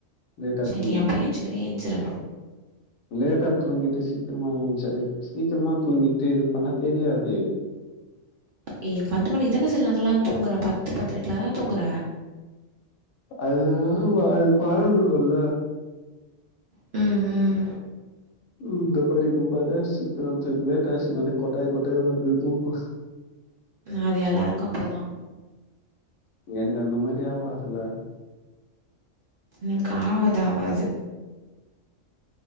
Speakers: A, on the left (about 80°); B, on the right (about 55°).
A: லேட்டா
B: சரி
A: தூங்கிட்டு
B: நீ எப்ப எஞ்சுக்கிறியோ எஞ்சிரு
A: லேட்டா தூங்கிட்டு சீக்கிரமா யேன்ச்சாலே சீக்ரமா தூங்கிட்டு இது பண்ணா தெரியாது
B: ஏ பத்து மணிக்கு தான சில நேரத்லலா தூங்கற பத்து பத்தரைக்கில தா தூங்கற
A: அது <unintelligible> அது பழகனுல
B: ம் ம்
A: ம் தோ பாரு இப்ப பாரு சீக்ரம் எஞ்சேன் லேட்டாச்சினாலே கொட்டாய் கொட்டாயா வருது தூக்கோ
B: அது எல்லாருக்கு அப்புடிதா
A: எனக்கு அந்த மாரி ஆவாதுல
B: உன்க்கு ஆவாது ஆவாது